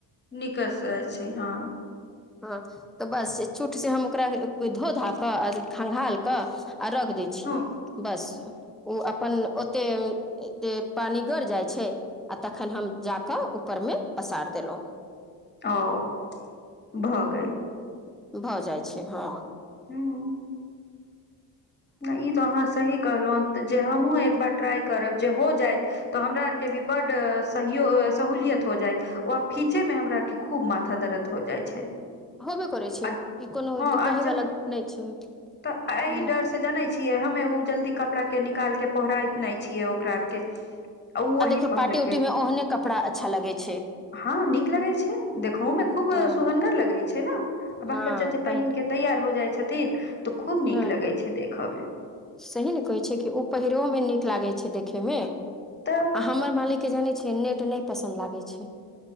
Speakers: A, on the left; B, in the centre.
A: निकेसे छैय हाँ।
B: हँ तऽ बस चूटसँ हम ओकरा धो धा कऽ आ खँघालि कऽ आ रख दै छियै
A: हँ
B: बस ओ अपन ओते एते पानि गर जाइत छैय। आ तखन हम जा कऽ ऊपर में पसैर दलौ।
A: ओ भऽ गेल।
B: भऽ जाइ छै हँ
A: हूँ नय ई तो अहाँ सही कहलौं जे हमहुँ एक बार ट्राई करब जे हो जाइत तऽ हमरा आर के भी बड्ड सहूलियत हो जाइत ओ खिछे मे हमरा आर के खूब माथा दरद हो जाइ छै
B: होबे करै छै
A: आ
B: ई कोनो
A: हँ आ
B: कहे वाला गप्प नय छै हँ
A: तऽ एहि डर से जानै छियै हमे ओ जल्दी कपड़ा के निकाल के पौहरा नय छियै ओकरा आर के ओ वही
B: आ देखियौ
A: पहने
B: पार्टी
A: के
B: उटी मे ओहने कपड़ा अच्छा लगै छै।
A: हँ नीक लगै छै देखोहो मे खूब
B: हँ
A: सुहगर लगै छै ने आ
B: हँ
A: बाल बच्चा जे पहिन
B: पहि
A: के तैयार हो जाइ छथिन तऽ खूब नीक
B: हँ
A: लगै छै देखऽ मे
B: सही ने कहै छै कि ओ पहिरोओमे नीक लागैत छै देखेमे
A: तऽ
B: आ हमर मालिकके जानै छियै नेट नय पसन्द लागै छै